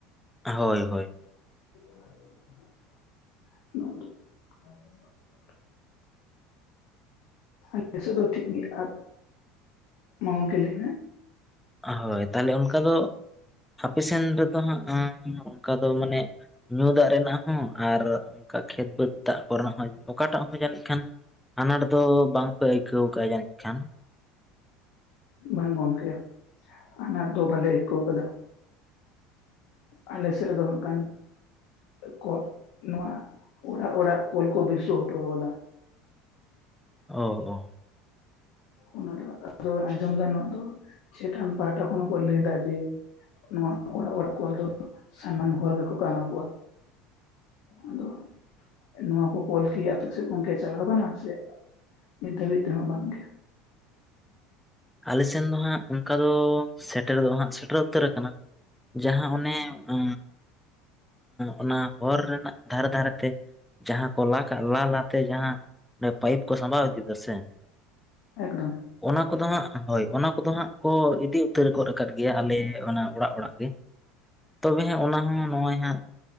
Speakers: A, in the centre; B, on the left.
A: ᱦᱳᱭ ᱦᱳᱭ ᱾
B: <unintelligible> ᱟᱞᱮᱥᱮᱫ ᱫᱚ ᱴᱷᱤᱠ ᱜᱮᱭᱟ ᱟᱨ ᱢᱟ ᱜᱚᱝᱠᱮ ᱞᱟᱹᱭ ᱢᱮ ᱾
A: ᱦᱳᱭ ᱛᱟᱦᱚᱞᱮ ᱚᱱᱠᱟ ᱫᱚ ᱦᱟᱯᱮ ᱥᱮᱱ ᱨᱮᱫᱚ ᱦᱟᱸᱜ ᱚᱱᱠᱟ ᱫᱚ ᱢᱟᱱᱮ ᱧᱩ ᱫᱟᱜ ᱨᱮᱱᱟᱜ ᱦᱚᱸ ᱟᱨ ᱚᱱᱠᱟ ᱠᱷᱮᱛ ᱵᱟᱹᱫᱽ ᱫᱟᱜ ᱠᱚᱨᱮᱱᱟᱜ ᱦᱚᱸ ᱚᱠᱟᱴᱟᱜ ᱦᱚᱸ ᱡᱟᱹᱱᱤᱡ ᱠᱷᱟᱱ ᱟᱱᱟᱴ ᱫᱚ ᱵᱟᱝ ᱯᱮ ᱟᱹᱭᱠᱟᱹᱣ ᱟᱠᱟᱜᱼᱟ ᱡᱟᱹᱱᱤᱡ ᱠᱷᱟᱱ ᱾
B: ᱵᱟᱝ ᱜᱚᱝᱠᱮ ᱚᱱᱟᱴ ᱫᱚ ᱵᱟᱞᱮ ᱟᱹᱭᱠᱟᱹᱣ ᱠᱟᱫᱟ ᱾ ᱟᱞᱮ ᱥᱮᱫ ᱨᱮᱫᱚ ᱦᱟᱜ ᱜᱟᱱ ᱠᱚᱞ ᱱᱚᱣᱟ ᱚᱲᱟᱜ ᱚᱲᱟᱜ ᱠᱚᱞ ᱠᱚ ᱵᱟᱹᱥᱟᱹᱣ ᱦᱚᱴᱚ ᱟᱠᱟᱫᱟ ᱾
A: ᱦᱚ ᱦᱚ ᱾
B: ᱚᱱᱟ ᱫᱚ ᱨᱚᱲ ᱟᱸᱡᱚᱢ ᱫᱟ ᱱᱚᱭᱟ ᱫᱚ ᱪᱮᱛᱟᱱ ᱯᱟᱦᱴᱟ ᱠᱷᱚᱱ ᱠᱚ ᱞᱟᱹᱭ ᱫᱟ ᱡᱮ ᱱᱚᱣᱟ ᱚᱲᱟᱜ ᱚᱲᱟᱜ ᱠᱚᱞ ᱫᱚ ᱥᱟᱱᱟᱢ ᱦᱚᱲ ᱜᱮᱠᱚ ᱠᱟ ᱮᱢᱟ ᱠᱚᱣᱟ ᱾ ᱟᱫᱚ ᱱᱚᱣᱟ ᱠᱚ ᱠᱚᱞ ᱠᱤ ᱟᱯᱮ ᱥᱮᱫ ᱜᱚᱝᱠᱮ ᱪᱟᱞᱟᱣ ᱟᱠᱟᱱᱟ ᱥᱮ ᱱᱤᱛ ᱫᱷᱟᱹᱵᱤᱡ ᱛᱮᱦᱚᱸ ᱵᱟᱝᱜᱮ? <inaudible>
A: ᱟᱞᱮ ᱥᱮᱱ ᱫᱚ ᱦᱟᱸᱜ ᱚᱱᱠᱟ ᱫᱚ ᱥᱮᱴᱮᱨ ᱫᱚ ᱦᱟᱸᱜ ᱥᱮᱴᱮᱨ ᱩᱛᱟᱹᱨ ᱟᱠᱟᱱᱟ ᱡᱟᱦᱟᱸ ᱚᱱᱮ ᱚ ᱚᱱᱟ ᱦᱚᱨ ᱨᱮᱱᱟᱜ ᱫᱷᱟᱨᱮ ᱫᱷᱟᱨᱮ ᱛᱮ ᱡᱟᱦᱟᱸ ᱠᱚ ᱞᱟ ᱠᱟᱜᱼᱟ ᱞᱟ ᱞᱟᱛᱮ ᱡᱟᱦᱟᱸ ᱚᱱᱮ ᱯᱟᱭᱤᱯ ᱠᱚ ᱥᱟᱢᱵᱟᱣ ᱤᱫᱤ ᱫᱚ ᱦᱮᱸᱥᱮ ᱥᱮ ᱾
B: ᱮᱠᱫᱚᱢ ᱾
A: ᱚᱱᱟ ᱠᱚᱫᱚ ᱦᱟᱸᱜ ᱦᱳᱭ ᱚᱱᱟ ᱠᱚᱫᱚ ᱦᱟᱸᱜ ᱠᱚ ᱤᱫᱤ ᱩᱛᱟᱹᱨ ᱜᱚᱫ ᱟᱠᱟᱫ ᱜᱮᱭᱟ ᱟᱞᱮ ᱚᱱᱟ ᱚᱲᱟᱜ ᱚᱲᱟᱜ ᱜᱮ ᱛᱚᱵᱮ ᱚᱱᱟ ᱦᱚᱸ ᱱᱚᱜᱼᱚᱭ ᱦᱟᱸᱜ